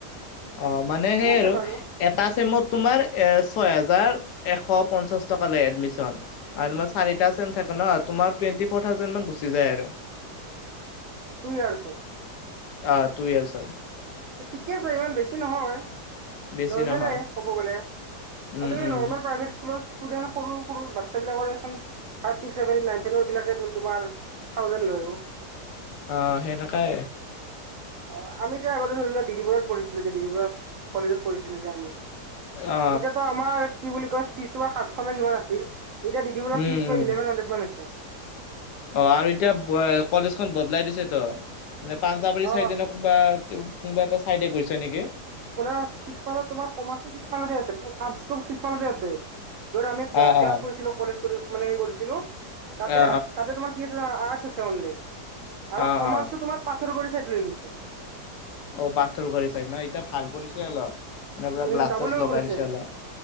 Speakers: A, on the left (about 75°); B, on the right (about 65°).
A: অ মানে সেই
B: আছে
A: আৰু
B: বাৰু
A: এটা চেমত তোমাৰ এ ছয় হেজাৰ এশ পঞ্চাছ টকা লয় এডমিশ্যন আৰু চাৰিটা ছেম থাকে ন টুৱেন্টি ফৌৰ থাউজেণ্ড মান মান গুচি যায় আৰু
B: তুই আৰ্ছত
A: অ টু ইয়াৰছত
B: ঠিকে আছে ইমান বেছি নহয়
A: বেছি
B: নৰ্মেল
A: নহয়
B: ক'ব গ'লে আ
A: উম উম
B: নৰ্মেল প্ৰাইভে স্কুলৰ ষ্টুডেণ্ট সৰু সৰু বাচ্ছা বিলাকৰে চোন five six seven eight nine ten বিলাকে দেখোন তোমাৰ থাউজেণ্ড লয় অ
A: অ সেই নেকাই
B: অ আমি যে আগতে ধৰি লোৱা ডিদি বৰুৱাত কৰিছিলো যে ডিদি বৰুৱা কলেজত কৰিছিলো যে আমি
A: অ
B: এতিয়া তো আমাৰ কি বুলি কয় পিজ তোমাৰ সাত খ নে কিমান আছিল এতিয়া ডিব দি বৰুৱা
A: উম
B: ৰ ফিজ
A: উম
B: ইলেভন হাণ্ড্ৰেড মান হৈছে
A: অ আৰু এতিয়া কলেজখন বদলাই দিছে তো মানে পাঞ্জাৱাৰী
B: অ
A: চাইডে ন কোবা কোনোবা এটা চাইডে গৈছে নেকি
B: তোমাৰত তোমাৰ কমাৰ্চো মতে আছে আছে ধ আমি
A: অ
B: ক্লাছ
A: অ
B: কৰিছিলো কলেজ কৰি মানে কৰিছিলো তাতে
A: অ অ
B: তাতে তোমাৰ কি আছে আৰ্টচ আছে অনলি আৰু
A: অ
B: কমাৰ্চো
A: অ
B: তোমাৰ ত্তৰ পৰি চাইড লৈ গৈছে
A: অ পাথৰ কৰি চাই ন এতিয়া ভাল কৰিছে অলপ মানে পুৰা
B: উম
A: গ্লাছ
B: ডাবল
A: চাছ
B: ডাবল
A: লগাই
B: কৰিছে
A: দিছে অলপ